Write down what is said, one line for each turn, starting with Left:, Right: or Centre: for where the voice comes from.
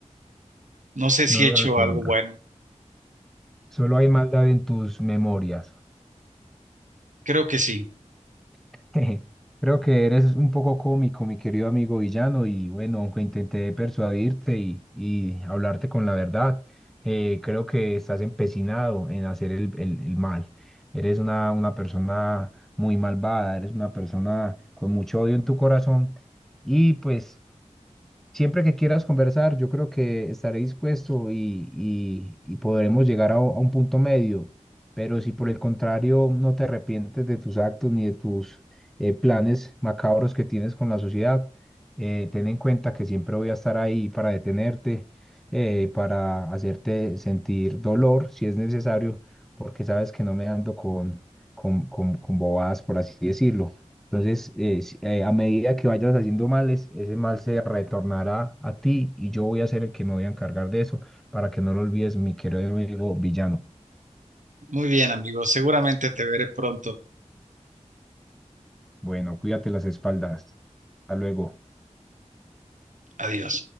Right: No sé si
Centre: No
Right: he
Centre: lo
Right: hecho
Centre: recuerdas.
Right: algo bueno.
Centre: Solo hay maldad en tus memorias.
Right: Creo que sí.
Centre: <laughs> Creo que eres un poco cómico, mi querido amigo villano, y bueno, aunque intenté persuadirte y, y hablarte con la verdad, eh, creo que estás empecinado en hacer el, el- el mal. Eres una, una persona muy malvada, eres una persona con mucho odio en tu corazón y pues Siempre que quieras conversar, yo creo que estaré dispuesto y, y- y podremos llegar a, u- a un punto medio. Pero si por el contrario no te arrepientes de tus actos ni de tus eh, planes macabros que tienes con la sociedad, eh, ten en cuenta que siempre voy a estar ahí para detenerte, eh, para hacerte sentir dolor si es necesario, porque sabes que no me ando con, con, con, con bobadas, por así decirlo. Entonces, eh, si- eh, a medida que vayas haciendo males, ese mal se retornará a ti y yo voy a ser el que me voy a encargar de eso para que no lo olvides, mi querido amigo villano.
Right: Muy bien, amigo. Seguramente te veré pronto.
Centre: Bueno, cuídate las espaldas. Hasta luego.
Right: Adiós.